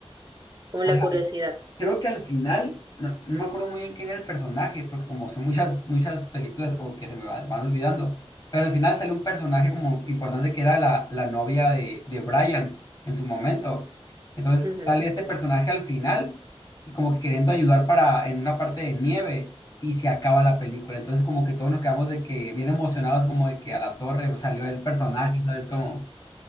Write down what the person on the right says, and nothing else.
como
la curiosidad.
Ujú.